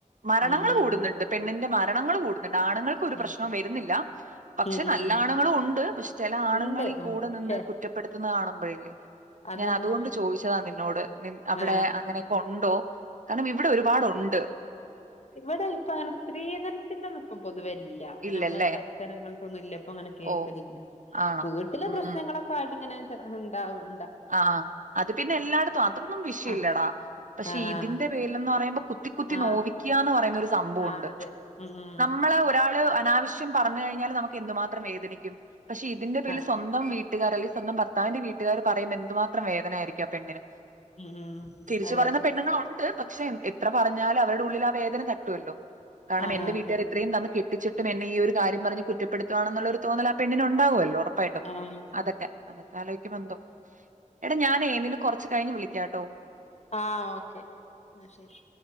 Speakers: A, on the right; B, on the left.
A: മരണങ്ങള്
B: ഉം ഉം
A: കൂടുന്നിണ്ട് പെൺ ണ്ണിൻ്റെ മരണങ്ങള് കൂടു നിണ്ണാണുങ്ങൾക്കൊരു
B: ഉം
A: പ്രശ്‌നോം വരുന്നില്ല പക്ഷേ
B: ഉം
A: നല്ലാണുങ്ങളും
B: ഉം
A: ഉണ്ട് പക്ഷെ ചെലാണുങ്ങ
B: ഉണ്ട്
A: നിങ്ങളി
B: ഉം
A: കൂട നിന്ന്
B: ഛെ
A: കുറ്റപ്പെടു ഇല്ലേ കാണമ്പഴേ
B: അതന്നെ
A: ഞാനതുകൊണ്ട് ചോയിച്ചതാ നിന്നോട് നിൻ അവിടെ
B: ആ
A: അങ്ങനെ ക്കെ ഒണ്ടോ കാരണം ഇവിടൊരുപാട് ഉണ്ട്
B: ഇവിടയിപ്പം അങ്ങന സ്ത്രീധനത്തിൻ്റെ ഇപ്പ പൊതുവേ രില്ല അങ്ങനെ
A: ഇല്ലല്ലേ?
B: നമ്മള് പരിസ്സരങ്ങൾക്കൊന്നില്ല ഇപ്പങ്ങനെ കേക്കണില്ല
A: ഓ! ആണോ?
B: പൊതു ചില
A: ഉം,
B: പ്രശ്നങ്ങളൊക്ക
A: ഉം.
B: വരുണ്ട് ഇങ്ങനെ ചെറുത്ണ്ടാവും
A: ആ ആ അതുപിന്നെ എല്ലാടത്തും അതൊന്നും വിഷെയമില്ലടാ
B: ആഹ്
A: പക്ഷേ
B: ആഹ്
A: ഇതിൻ്റെ പേരിലെന്നു പറയുമ്പോ കുത്തി കുത്തി
B: ആഹ്
A: നോവിക്കാന്ന് പറയുന്നൊരു സംഭവുണ്ട്
B: ആഹ് അതെ ഉം ഉം
A: നമ്മള് പോൽ ഒരാള് അനാവശ്യം പറഞ്ഞഴിഞ്ഞാല് നമുക്ക് എന്തു മാത്രം വേദനിക്കും പക്ഷേ ഇതിൻ്റെ പേരില്
B: ആഹ്
A: സ്വന്തം വിട്ട്ക്കാരല് സ്വന്തം ഭർത്താവിൻ്റെ വീട്ട്കാരൊ പറയുമ്പേ എന്തുമാത്രം വേദനയായിരിക്കും ആ പെണ്ണിന്
B: ഉം ഉം
A: തിരിച്ചു
B: അതെ
A: പറയുന്ന പെണ്ണുങ്ങളൊണ്ട് പക്ഷേ എത്ര പറഞ്ഞാലവൾ ഉള്ളിലാവേദന തട്ടുവല്ലോ <unintelligible> കാരണം
B: ആഹ്
A: എന്റൈ
B: അതെ
A: വീട്ടുകാര് ഇത്രയും തന്നിട്ടും - കിച്ചുട്ടനെന്നെയീ ഒരുകാര്യംപറഞ്ഞ് കുറ്റപ്പെടുത്തുവാണെന്നുള്ളര്തോന്നല് ആപെണ്ണിനൊണ്ടാവുവല്ലൊ ഉറപ്പയിട്ടും
B: ആഹ്
A: അതന്ന അതക്കാലോയ്ക്കുമ്പം ന്തൊ എട ഞാനേ നിന്ന കൊറ ഇച്ച് കയിഞ്ഞ് വിളിക്കാട്ടൊ
B: ആ ഓകെ ന ശെരി